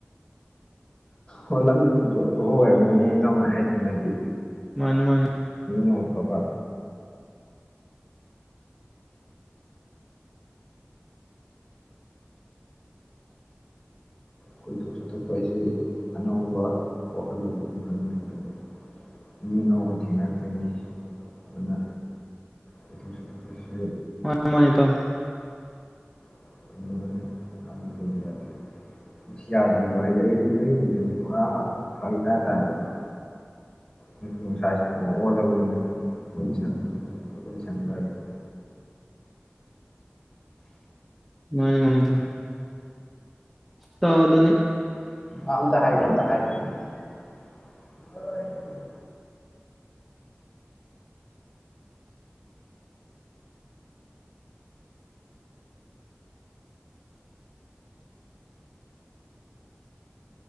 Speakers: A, on the left; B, in the centre.
A: ꯑꯣ ꯂꯝꯕꯤ ꯊꯣꯡꯗꯣ ꯑꯐꯕ ꯑꯣꯏꯔꯝꯒꯅꯤ ꯇꯧꯅ ꯍꯥꯏꯗꯅꯗꯤ꯫
B: ꯃꯥꯅꯤ ꯫
A: ꯕꯤ ꯅꯣꯡꯐꯕ꯫ ꯀꯣꯏꯊꯣꯛ ꯆꯠꯊꯣꯛꯄ ꯍꯥꯏꯁꯤ ꯑꯅꯧꯕ ꯋꯥꯈꯜꯂꯣꯟ ꯑꯗꯨꯝ ꯐꯪꯉꯤꯉꯥꯇꯥꯅꯤ ꯃꯤ ꯑꯅꯧꯕ ꯊꯦꯡꯅꯔꯛꯇꯣꯏꯅꯤ ꯑꯗꯨꯅ ꯀꯣꯏꯊꯣꯛ ꯆꯠꯊꯣꯛꯄꯁꯤ꯫
B: ꯃꯥꯅꯤ ꯃꯥꯅꯤ ꯇꯥꯎ꯫
A: <unintelligible> ꯗꯤ ꯌꯥꯗꯦ ꯑꯁ ꯌꯥꯗ꯭ꯔꯦ ꯍꯥꯏꯗꯤ ꯑꯩ ꯑꯌꯨꯒ ꯅꯨꯡꯊꯤꯟꯁꯨ ꯄꯨꯔꯥ ꯐꯛ ꯏꯇꯥꯇꯥꯥꯔꯦꯕ ꯅꯨꯡꯁꯨꯨ ꯅꯨꯡꯁꯥꯁꯨ ꯄꯨꯔꯥ ꯑꯣꯜꯂꯕꯅꯤꯅꯀꯣ ꯋꯥꯔꯤ ꯁ ꯋꯥꯔꯤ ꯁꯅꯕ ꯍꯥꯏꯁꯦ꯫
B: ꯃꯥꯅꯤ ꯃꯥꯅꯤ ꯏꯇꯥꯎ꯫ ꯥꯇꯥꯎ ꯑꯗꯨꯅꯤ꯫
A: ꯑꯥ ꯑꯇ ꯍꯥꯏꯒꯣ ꯑꯝꯇ ꯍꯥꯏ <unintelligible>